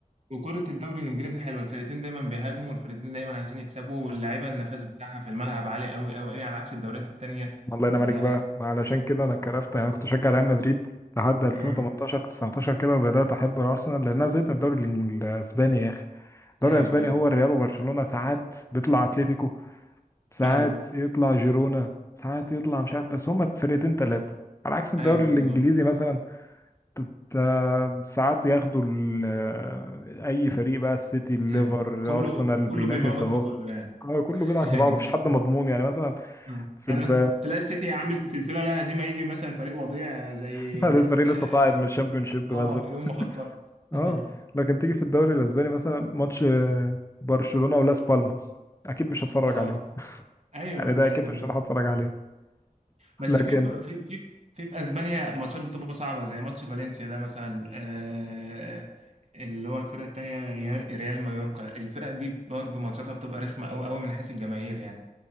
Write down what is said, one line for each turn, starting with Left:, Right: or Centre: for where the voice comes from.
Right: وكرة الدوري الإنجليزي حلوة الفرقتين دايما بيهاجموا والفرقتين دايما عايزين يكسبوا واللعيبة النفس بتاعها في الملعب عالي أوي أوي أوي على عكس الدوريات التانية
Left: <laughs> الله ينعم
Right: كلها
Left: عليك بقى ما علشان كده انا كرفت يعني انا كنت بشجع ريال مدريد لحد 2018
Right: امم
Left: 19 كده بدات احب الارسنال لان انا زهقت من الدوري الإنج- الاسباني يا اخي الدوري
Right: أيوه
Left: الاسباني
Right: أيوه
Left: هو الريال وبرشلونه ساعات بيطلع اتلتيكو ساعات
Right: أيوه
Left: يطلع جيرونا ساعات يطلع مش عارف بس هما فرقتين ثلاثه على عكس الدوري
Right: أيوه
Left: الانجليزي
Right: بالظبط
Left: مثلا تا- ساعات ياخدوا ال- اي فريق بقى السيتي الليفر
Right: أيوه
Left: الارسنال
Right: كله
Left: بينافس
Right: كله بيموت
Left: اهو
Right: في كله يعني
Left: آه، كله بيلعب
Right: <laughs>
Left: في بعضه مفيش
Right: كله
Left: حد مضمون يعني مثلا
Right: مم.
Left: في
Right: يعني
Left: الب...
Right: مثلا تلاقي السيتي عامل سلسلة لا هزيمة يجي مثلا فريق وضيع زي
Left: <laughs> لسه
Right: اه
Left: فريق لسه صاعد من الشامبيونشيب
Right: آه،
Left: مثلا
Right: يوم ما خسروا
Left: اه
Right: <laughs>
Left: لكن تيجي في الدوري الاسباني مثلا ماتش آه، برشلونة ولاس بالماس اكيد مش هتفرج
Right: اه
Left: عليه
Right: ايوه
Left: يعني ده اكيد
Right: ايوه
Left: مش هروح اتفرج عليه
Right: بس
Left: لكن
Right: في في في في في اسبانيا ماتشات بتبقى صعبه زي ماتش فالنسيا ده مثلا آه، اللي هو الفرقه التانيه يا- ريال مايوركا الفرق دي برضو ماتشاتها بتبقى رخمه قوي قوي من حيث الجماهير يعني